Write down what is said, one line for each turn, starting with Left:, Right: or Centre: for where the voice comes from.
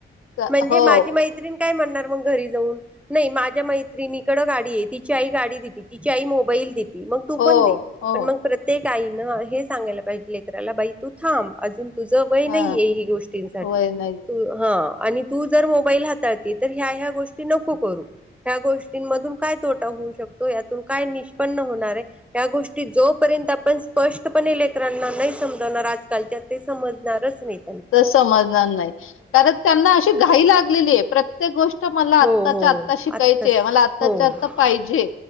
Left: चा-
Centre: म्हणजे
Left: हो
Centre: माझी मैत्रीण काय म्हणार मग घरी जाऊन नाही माझ्या मैत्रीणीकडं गाडी आहे. तिची आई गाडी दिली, तिची आई मोबाईल दि ली मग तू
Left: हो
Centre: पण दे.
Left: हो
Centre: पण मग प्रत्येक आईन हे सांगायला पाहिजे लेकराला बाई तू थांब अजून तुझं वय नाहीये
Left: हा
Centre: हे गोष्टींसाठी
Left: वय नाही
Centre: तू हा आणि तू जर मोबाईल हाताळते तर ह्या ह्या गोष्टी नको करू. ह्या गोष्टींमधून काय तोटा होऊ शकतो यातून काय निष्पन्न होणार आहे. या गोष्टी जोपर्यंत आपण स्पष्टपणे लेकरांना नाही समजवणार आजकालच्या ते समजणारच नाहीत.
Left: ते समजणार नाही कारण त्यांना अशी घाई लागलेली आहे प्रत्येक गोष्ट मला
Centre: हो
Left: आताच्या
Centre: हो
Left: आता शिकायचे
Centre: आत्ताच
Left: मला आताच्या
Centre: हो हो
Left: आता पाहिजे